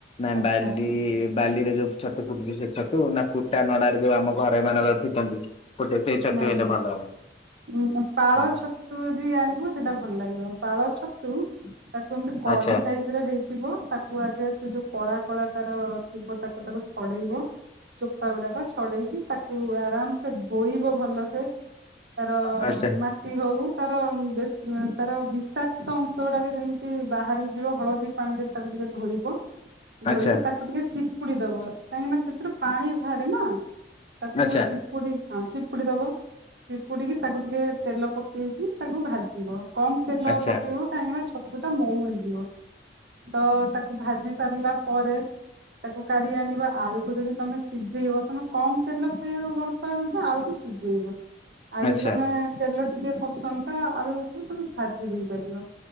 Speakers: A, on the left (about 35°); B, on the right (about 70°).
A: ନାଇଁ
B: ଆଚ୍ଛା
A: ବାଲି। ବାଲିରେ ଯୋଉ ଛତୁ ଫୁଟୁଛି ସେ ଛତୁ ନା କୁଟା ନଡାରେ ଯୋଉ ଆମ ଘର ଏ ମାନଙ୍କର ଫୁଟନ୍ତି। କୋଟେ ସେଇ ଛତୁ
B: ନାଇଁ
A: ହେଲେ
B: ନାଇଁ
A: ଭଲ ହବ।
B: ଉଁ ପାଳ
A: ହଁ
B: ଛତୁ ଯଦି ଆଣିବ ସେଇଟା ଭଲ ଲାଗିବ ପାଳ ଛତୁ। ତାକୁ ଏମତି କଢି
A: ଆଚ୍ଛା।
B: ଟାଇପର ହେଇଥିବ ତାକୁ ଆଗେ ସେ ଯୋଉ କଳା କଳା ତାର ଥିବ। ତାକୁ ତାକୁ ଛଡେଇବ ଚୋପା ଗୁଡାକ ଛଡେଇକି ତାକୁ ଆରାମ ସେ ଧୋଇ ଭଲସେ ତାର
A: ଆଚ୍ଛା
B: ମାଟି ହଉ ତାର ତାର ବିଷାକ୍ତ ଅଂଶ ଗୁଡାକ ଯେମିତି ବାହାରିଯିବ ହଳଦୀ ହଳଦୀ ପାଣିରେ ତାକୁ ଟିକେ ଧୋଇବ।
A: ଆଚ୍ଛା
B: ଧୋଇକି ତାକୁ ଟିକେ ଚିପି ଚିପୁଡି ଦବ କାହିଁକିନା ସେଥିରୁ ପାଣି ବାହାରେ ନା ତାକୁ
A: ଆଚ୍ଛା
B: ଚିପୁଡି ହଁ। ଚି ପୁଡି ଦବ ଚି ପୁଡିକି ତାକୁ ଟିକେ ତେଲ ପକେଇକି ତାକୁ ଭାଜିବ। କମ ତେଲ
A: ଆଚ୍ଛା
B: ପକେଇବ କାହିଁକିନା ଛତୁଟା ମଉଳିଯିବ। ତ ତାକୁ ଭାଜି ସାରିଲା ପରେ। ତାକୁ କାଢି ଆଣିବା ଆଳୁକୁ ଯଦି ତମେ ସିଝେଇବ ତମେ କମ ତେଲ ଖାଇବାକୁ ଭଲ ପାଅ। ଆଳୁକୁ ସିଝେଇିବ ଆଉ
A: ଆଚ୍ଛା
B: ଯଦି ତମେ ତେଲ ଟିକେ ପସନ୍ଦ ତ ଆଳୁକୁ ତାକୁ ଭାଜି ଦେଇ ପାରିବ